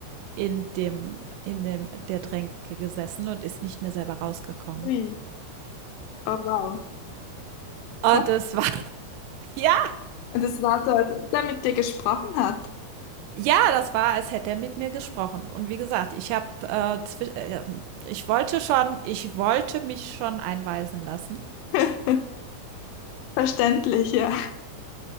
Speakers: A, on the right (about 90°); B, on the left (about 90°).
A: in dem in dem der Tränke gesessen und ist nicht mehr selber rausgekommen.
B: Ui. Oh wow.
A: Und
B: Krass.
A: das war <laughs> ja,
B: Und es war so, als ob der mit dir gesprochen hat.
A: ja, das war, als hätte er mit mir gesprochen. Und wie gesagt, ich habe, äh, zwi äh, ich wollte schon ich wollte mich schon einweisen lassen.
B: <laughs> Verständlich, ja.